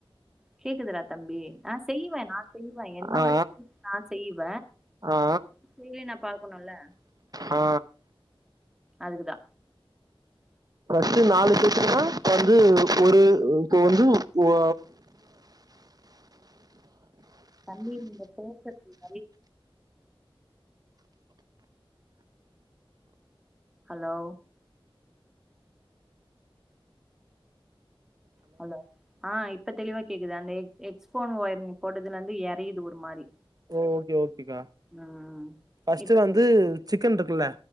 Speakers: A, in the centre; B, on the right.
A: கேக்குதுடா தம்பி நா செய்வ நா செய்வ என்னோட
B: ஆ
A: ஸ்டைல்க் நா செய்வ
B: ஆ
A: சைட்லயு நா பாக்கணுல
B: ஆ
A: அதுக்குதா
B: ப்ளஸ்ஸு நாலு பேத்துக்குன்னா இப்ப வந்து ஒரு இப்ப வந்து ஓ
A: தம்பி நீங்க பேசறது <inaudible> ஹலோ ஹலோ ஆ இப்ப தெளிவா கேக்குது அந்த எக் எக்ஸ் ஃபோன் ஒயர் போட்டதுல இருந்து எறையுது ஒரு மாரி
B: ஓகே ஓகேக்கா
A: ம்
B: ஃபஸ்ட்டு
A: இப்ப
B: வந்து
A: சொல்லு
B: சிக்கன் இருக்குல்ல